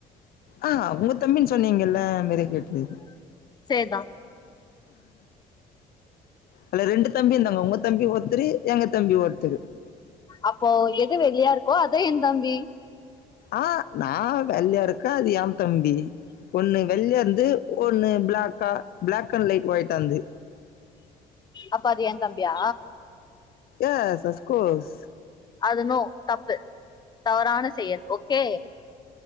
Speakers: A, on the left; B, on the left.
A: ஆ ஒங்க தம்பின் சொன்னீங்கல்ல மேற கேட்டது
B: சேர்தா
A: அல்ல ரெண்டு தம்பி இருந்தாங்க ஒங்க தம்பி ஒருத்தரு எங்க தம்பி ஒருத்தரு
B: அப்போ எது வெள்ளியா இருக்கோ அது என் தம்பி
A: ஆ நா வெள்ளையா இருக்க அது யேன் தம்பி ஒன்னு வெள்ளயாருந் து ஒண்ணு ப்ளக்கா ப்ளாக் அண்ட் லைட் ஒயிடாருந்து
B: அப்ப அது யேன் தம்பியா
A: எஸ் அஸ்கோர்ஸ்
B: அது நோ தப்பு தவறான செயல் ஓகே